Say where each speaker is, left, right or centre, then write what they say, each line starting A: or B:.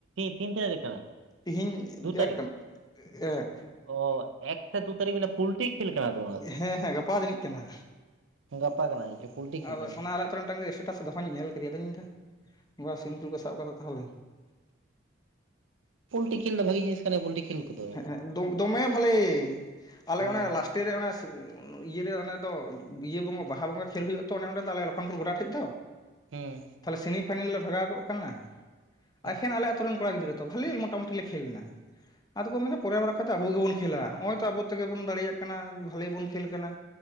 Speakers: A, on the right (about 80°); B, on the left (about 20°).
A: ᱛᱤᱱ <unintelligible> ᱨᱮ ᱠᱟᱱᱟ
B: ᱛᱤᱦᱤᱧ
A: ᱫᱩ ᱛᱟᱹᱨᱤᱠᱷ
B: ᱮᱠ ᱠᱟᱱᱟ ᱮᱠ
A: ᱚ ᱮᱠ ᱥᱮ ᱫᱩ ᱛᱟᱹᱨᱤᱠᱷ ᱢᱟᱱᱮ ᱯᱩᱞᱴᱤ ᱠᱷᱮᱞ ᱠᱟᱱᱟ ᱛᱚ ᱚᱱᱟ ᱫᱚ
B: ᱦᱮᱸ ᱦᱮᱸ ᱜᱟᱯᱟ ᱡᱟᱹᱱᱤᱡ ᱠᱟᱱᱟ
A: ᱜᱟᱯᱟ ᱠᱟᱱᱟ ᱡᱟᱱᱤᱡ ᱯᱩᱞᱴᱤ
B: ᱟᱨ
A: ᱠᱷᱮᱞ ᱠᱟᱱᱟᱹᱭ
B: ᱚᱱᱟ ᱟᱞᱮ ᱟᱛᱳ ᱢᱤᱫᱴᱟᱝ ᱮᱥᱴᱮᱴᱟᱥ ᱫᱚᱦᱚᱧ ᱧᱮᱞ ᱠᱮᱫᱮ ᱟᱫᱚᱧ ᱢᱮᱱ ᱮᱫᱟ ᱱᱚᱣᱟ ᱥᱤᱢᱯᱤᱞ ᱠᱚ ᱥᱟᱵ ᱠᱟᱫᱟ ᱛᱟᱦᱚᱞᱮ <inaudible>
A: ᱯᱳᱞᱴᱤ ᱠᱷᱮᱞ ᱫᱚ ᱵᱷᱟᱜᱤ ᱡᱤᱱᱤᱥ ᱠᱟᱱᱟ ᱯᱳᱞᱴᱤ ᱠᱷᱮᱞ ᱠᱚᱫᱚ
B: ᱦᱮᱸ ᱫᱚᱢᱮ ᱵᱷᱟᱞᱮ ᱟᱞᱮ
A: ᱦᱩᱸ
B: ᱚᱱᱮ ᱞᱟᱥᱴᱮ ᱨᱮ ᱚᱱᱮ ᱤᱭᱟᱹᱨᱮ ᱮ ᱫᱚ ᱤᱭᱟᱹ ᱵᱚᱸᱜᱟ ᱵᱟᱦᱟ ᱵᱚᱸᱜᱟ ᱠᱷᱮᱞ ᱦᱩᱭᱩᱜ ᱛᱚ ᱛᱚ ᱚᱱᱸᱰᱮ ᱟᱞᱮ ᱞᱚᱠᱷᱚᱱᱯᱩᱨ ᱜᱚᱰᱟ ᱴᱷᱮᱡ ᱫᱚ
A: ᱦᱮᱸ
B: ᱛᱟᱦᱚᱞᱮ ᱥᱮᱢᱤ ᱯᱷᱟᱭᱱᱮᱞ ᱞᱮ ᱵᱷᱟᱜᱟᱣ ᱠᱚᱜ ᱠᱟᱱᱟ
A: ᱦᱩᱸ
B: ᱮᱠᱷᱮᱱ ᱟᱞᱮ ᱟᱛᱳ ᱨᱮᱱ ᱠᱚᱲᱟ ᱜᱤᱫᱽᱨᱟᱹ ᱛᱚ ᱵᱷᱟᱞᱮ ᱢᱚᱴᱟᱢᱩᱴᱤ ᱞᱮ ᱠᱷᱮᱞ ᱫᱟ ᱟᱫᱚ ᱠᱚ ᱢᱮᱱ ᱮᱫᱟ ᱯᱚᱨᱮᱨ ᱵᱟᱨ ᱠᱷᱟᱡ ᱫᱚ ᱟᱵᱚ ᱜᱮᱵᱚᱱ ᱠᱷᱮᱞᱟ ᱱᱚᱜᱼᱚᱭ ᱛᱚ ᱟᱵᱚ ᱛᱮᱜᱮ ᱵᱚᱱ ᱫᱟᱲᱮᱭᱟᱜ ᱠᱟᱱᱟ ᱵᱷᱟᱞᱤ ᱵᱚᱱ ᱠᱷᱮᱞ ᱠᱟᱱᱟ